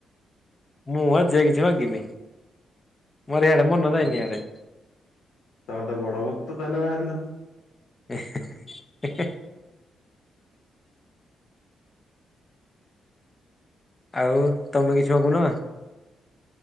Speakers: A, on the left (about 15°); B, on the left (about 70°).
A: ମୁଁ ଆଜି ଯାଏ କିଛି ମାଗିନି ମୋର ହିଆଡେ ମନ
B: ହଁ ବା
A: ଯାଇନି ଆଡେ।
B: ତମେ ତ ବଡ ଭକ୍ତ ତାହେଲେ ବାହାରିଲ?
A: ଏ ହେଁ ହେ ହେ। ଆଉ ତମେ କିଛି ମାଗୁନ?